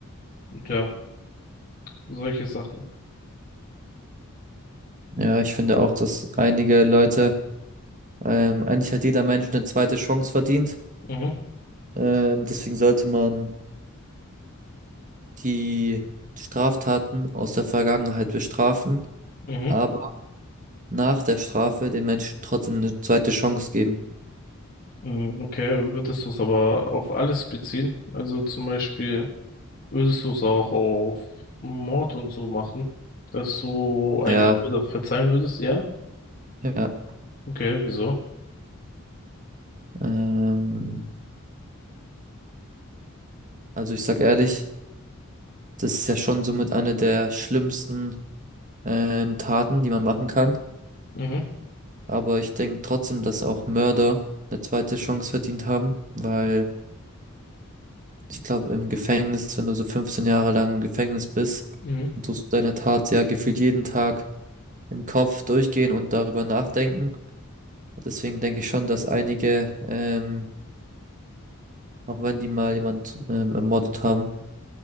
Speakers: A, on the left (about 40°); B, on the right (about 35°).
A: Und ja, solche Sachen.
B: Ja, ich finde auch, dass einige Leute Ähm, eigentlich hat jeder Mensch eine zweite Chance verdient.
A: Mhm,
B: Ähm, deswegen sollte man die Straftaten aus der Vergangenheit bestrafen,
A: mhm.
B: aber nach der Strafe den Menschen trotzdem eine zweite Chance geben.
A: Mhm, Okay, würdest du es aber auf alles beziehen? Also zum Beispiel. Würdest du es auch auf Mord und so machen? Dass du einen
B: Ja,
A: Mörder verzeihen würdest? Ja?
B: ja.
A: Okay, wieso?
B: Ähm, also ich sag ehrlich, das ist ja schon somit eine der schlimmsten ähm, Taten, die man machen kann.
A: Mhm.
B: Aber ich denke trotzdem, dass auch Mörder eine zweite Chance verdient haben, weil Ich glaube, im Gefängnis, wenn du so 15 Jahre lang im Gefängnis bist,
A: Mhm.
B: dann tust du deine Tat ja gefühlt jeden Tag im Kopf durchgehen und darüber nachdenken. Deswegen denke ich schon, dass einige, ähm, auch wenn die mal jemand ähm, ermordet haben,